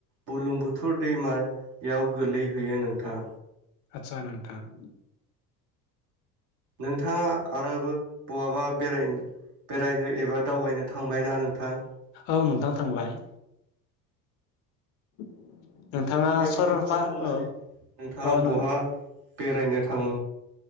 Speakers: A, on the right; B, on the left.
A: बुरलुंबुथुर दैमायाव गोलैहैयो नोंथां।
B: आतसा नोंथां।
A: नोंथाङा आरोबो बहाबा बेरायनो-बेरायनो एबा दावबायनो थांबायना नों थां
B: औ नोंथां थांबाय। <inaudible> नोंथाङा
A: दे
B: सरलपा
A: बिदिब्ला बुंनाय
B: औ
A: नोंथाङा
B: औ
A: बहा बेरायनो थां